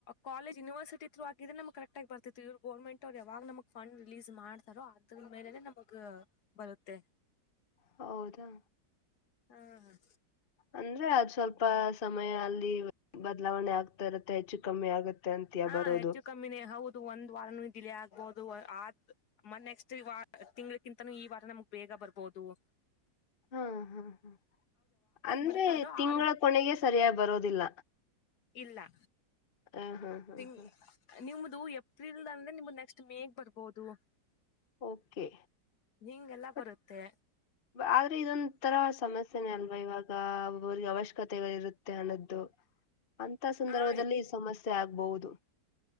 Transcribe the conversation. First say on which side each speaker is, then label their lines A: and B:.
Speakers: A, on the left; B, on the left.
A: ಕಾಲಜ್ ಯನಿವರ್ಸಟಿ ಥರು ಆಗಿದ್ರ ನಮ್ ಕಕ್ಟ್ ಆಗ ಬರ್ತಿ ಇವ್ ಗರ್ಮೆಂಟ್ ಅವರು ಯಾವಾಗ ನಮ್ ಫಂಡ ರಿಲೀಸ್ ಮಾಡ ಮಾಡ್ತಾರೋ ಅದ ಮೇಲೆನೆ ನಮಗ ಬರುತ್ತೆ
B: ಹೌದಾ
A: ಹಾ ಹ
B: ಅಂದ್ರೆ ಅದು ಸ್ವಲ್ಪ ಸಮಯ ಅಲ್ಲಿ ಬದಲಾವಣೆ ಆಗ್ತಾ ಇರತ್ತೆ ಹೆಚ್ಚು ಕಮ್ಮಿ ಆಗತ್ತೆ ಅಂತಯ
A: ಹಾ
B: ಬರೋದು
A: ಹೆಚ್ಚು ಕಮ್ಮಿನೇ ಹೌದು ಒಂದು ವಾರನು ಡಿಲೇ ಆಗ್ಬಹುದು ಮ ನೆಕ್ಸ್ಟ್ ವ ತಿಂಗಳಕ್ಕಿಂತೂ ಈ ವಾರ ನಮ್ಗ್ ಬೇಗ ಬರ್ಬಹುದು <unintelligible>
B: ಹಾ ಹಾ ಹ್ಮ್ ಅಂದ್ರೆ
A: ಬಿಡ್ತಾರೋ
B: ತಿಂಗಳ
A: ಆದ
B: ಕೊನೆಗೆ ಸರಿಯಾಗಿ ಬರೋದಿಲ್ಲ
A: ಇಲ್ಲಾ
B: ಹ ಹಾ ಹಾ
A: ತಿಂಗ್
B: ಹಾ
A: ನಿಮ್ದ ಏಪ್ರಿಲ್ ಅಂದ್ರೆ ನಿಮ್ದ ನೆಕ್ಸ್ ಮೇಗ್ ಬರ್ಬೋದು
B: ಓಕೆ
A: ನಿಂಗೆಲ್ಲಾ
B: ಬಟ್
A: ಬರುತ್ತೆ
B: ಆದ್ರೆ ಇದೊಂರ ಸಮಸ್ಯೆನೆೇ ಅಲ್ವಾ ಇವಾಗ್ರಿಗೆ ಅವಶ್ಯಕತೆಗಳಿರುತ್ತೆ ಮ ಅನ್ನದ್ದು ಅಂತ ಸಂದರ್ಭದಲ್ಲಿ
A: ಆ
B: ಸಮಸ್ಯೆ ಆಗ್ಬಹುದು